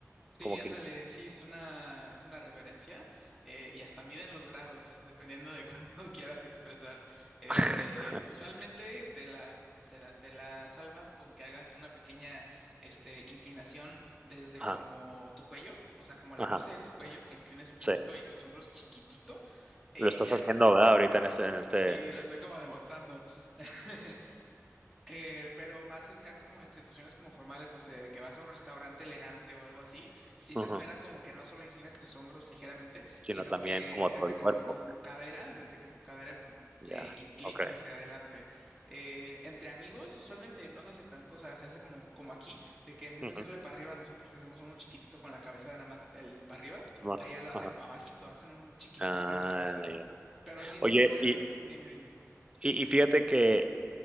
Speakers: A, in the centre; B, on the right.
A: Sí,
B: como que...
A: ándale, sí, es una, es una reverencia eh, y hasta miden los grados, dependiendo de cuánto <laughs> quieras expresar. Este,
B: <laughs>
A: usualmente te la, se la- te la salvas con que hagas una pequeña este, inclinación desde
B: Ajá,
A: como tu cuello, o sea, como la
B: ajá,
A: base de tu cuello, que inclines un poquito
B: sí.
A: y tus hombros chiquitito. Eh,
B: Lo estás
A: ya,
B: haciendo,
A: co-
B: ¿verdad? Ahorita en este, en este,
A: sí, lo estoy como demostrando. <laughs> Eh, pero más acá como en situaciones como formales, no sé, de que vas a un restaurante elegante o algo así, sí
B: ujú,
A: se espera como que no solo inclines tus hombros ligeramente,
B: sino
A: sino
B: también
A: que
B: como todo
A: desde
B: el cuerpo.
A: como tu cadera, desde que tu cadera
B: Ya,
A: eh, inclines
B: ok.
A: hacia adelante. Eh, entre amigos usualmente no se hace tanto, o sea, se hace como, como aquí, de que en vez
B: ujú,
A: de hacerle para arriba, nosotros que hacemos uno chiquitito con la cabeza de nada más el para arriba,
B: Simón,
A: allá lo hacen
B: ajá.
A: para abajito, hacen un chiquitito
B: Ah,
A: con la cabeza,
B: ya.
A: pero sin
B: Oye,
A: mover,
B: y,
A: dime, dime.
B: y, y fíjate que